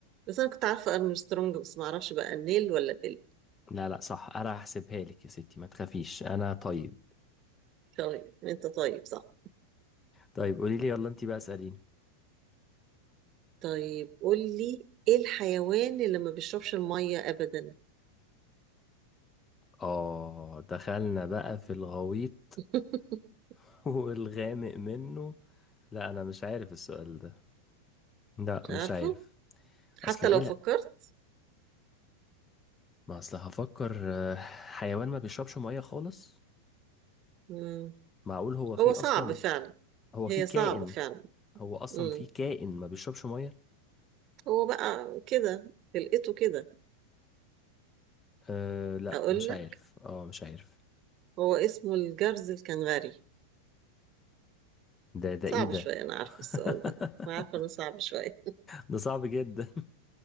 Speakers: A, on the right; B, on the left.
A: بس انا كنت عارفه ارمسترونج بس ما اعرفش بقى نيل ولا بيل
B: لا لا صح انا هحسبها لك يا ستي ما تخافيش انا طيب
A: طيب انت طيب صح
B: طيب قولي لي يلا انت بقى اسأليني
A: طيب قول لي ايه الحيوان اللي ما بيشربش الميه ابدا
B: اه دخلنا بقى في الغويط
A: <laughs>
B: <laughs> والغامق منه لا انا مش عارف السؤال ده لا
A: مش
B: مش
A: عارفه
B: عارف
A: حتى
B: اصل ايه
A: لو
B: لا
A: فكرت
B: ما اصل هفكر آه، حيوان ما بيشربش مية خالص
A: مم.
B: معقول هو فيه
A: هو صعب
B: اصلا
A: فعلا
B: هو فيه
A: هي صعبه
B: كائن
A: فعلا
B: هو اصلا
A: مم.
B: فيه كائن ما بيشربش مية
A: هو بقى كده لقيته كده
B: أه لا
A: اقول
B: مش
A: لك
B: عارف اه مش عارف
A: هو اسمه الجرز الكنغري
B: ده ده
A: صعب
B: ايه ده
A: شوية أنا عارفة السؤال
B: <laughs>
A: ده أنا عارفة إنه صعب شوية
B: ده صعب جدا